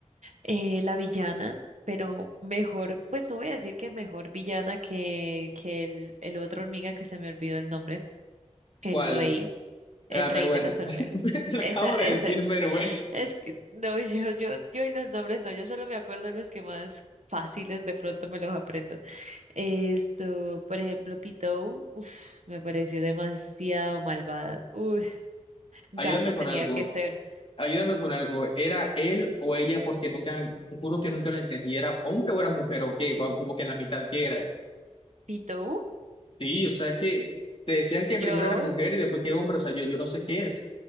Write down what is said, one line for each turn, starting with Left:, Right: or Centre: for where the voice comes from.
Right: eh, la villana, pero mejor, pues no voy a decir que mejor villana que, que el, el otro hormiga que se me olvidó el nombre, el
Left: ¿Cuál?
Right: rey, el
Left: Ah,
Right: rey
Left: Meruén.
Right: de las hormigas.
Left: <laughs> Le acabo
Right: Esa,
Left: de
Right: ese.
Left: decir Meruén.
Right: Es que, no, <laughs> yo, yo, yo y los nombres no, yo solo me acuerdo los que más fáciles de pronto me los aprendo. Esto, por ejemplo, Pitou, uf, me pareció demasiado malvada. Uy, gato
Left: Ayúdame con
Right: tenía
Left: algo.
Right: que ser.
Left: Ayúdame con algo. ¿Era él o ella? Porque nunca, te juro que nunca lo entendí. ¿Era hombre o era mujer o qué? O como que la mitad que era.
Right: Pitou,
Left: Sí, o sea, es que te decían que
Right: yo,
Left: primero era mujer y después que hombre. O sea, yo, yo no sé qué es.